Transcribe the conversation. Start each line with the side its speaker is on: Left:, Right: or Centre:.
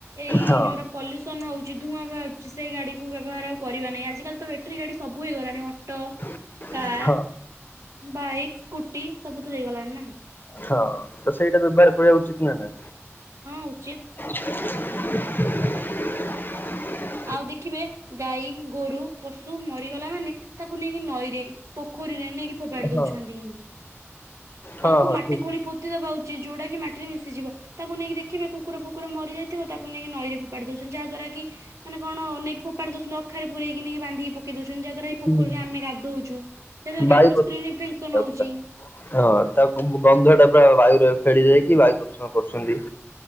Right: ଏଇ
Left: ହଁ।
Right: ଯୋଉଟା ପଲ୍ୟୁସନ ହଉଚି ଧୂଆଁ ବାହାରୁଚି ସେଗାଡ଼ିକୁ ବ୍ୟବହାର ଆଉ କରିବା ନାହିଁ ଆଜିକାଲି ତ ବଟିରି ଗାଡ଼ି ସବୁ ହେଇଗଲାଣି ଅ
Left: <inaudible>
Right: କାର
Left: ହଁ
Right: ବାଇକ୍ ସ୍କୁଟି ସବୁ ତ ହେଇଗଲାଣି ନା।
Left: ହଁ ତ ସେଇଟା ବ୍ୟବହାର କରିବା ଉଚିତ ନା ନା।
Right: ହଁ ଉଚିତ।
Left: <unintelligible>
Right: ଆଉ ଦେଖିବେ ଗାଈ ଗୋରୁ ପଶୁ ମରିଗଲା ମାନେ ତାକୁ ନେଇକି ନଈରେ ପୋଖରୀରେ ନେଇକି ଫୋପାଡି
Left: ହଁ
Right: ଦଉଛନ୍ତି।
Left: ହଁ
Right: ତାଙ୍କୁ
Left: ହଁ
Right: ମାଟି
Left: ଠିକ
Right: ଖୋଳି ପୋତି ଦବା ଉଚିତ୍ ଯୋଉଟା କି ମାଟିରେ ମିଶିଯିବ ତାଙ୍କୁ ନେଇକି ଦେଖିବେ କୁକୁର ଫୁକୁର ମରିଯାଇଛି। ଥିବ ତାକୁ ନେଇକି ନଈରେ ଫୋପଡ଼ି ଦଉଛନ୍ତି ଯାହା ଦ୍ୱାରା କି ମାନେ କଣ ନେଇକି ଫେପାଡି ଦଉଚନ୍ତି ଅଖାରେ ପୁରେଇକି ନେଇି ବାନ୍ଧିକି ପକେଇ ଦଉଛନ୍ତି ଯାହାଦ୍ୱାରା ପୋଖରୀରେ
Left: ହୁଁ
Right: ଆମେ ଗାଧଉଛୁ ସେର
Left: ବାୟୁ
Right: କି ଆମର
Left: ପ୍ରଦୂଷଣ
Right: ସ୍କିନ ଇନଫେକ୍ସନ ହଉଛି।
Left: ପୁରା ହଁ ତା ଗନ୍ଧ ଟା ପୁରା ବାୟୁରେ ଫେଳି ଯାଇକି ବାୟୁ ପ୍ରଦୂଷଣ କରୁଛନ୍ତି।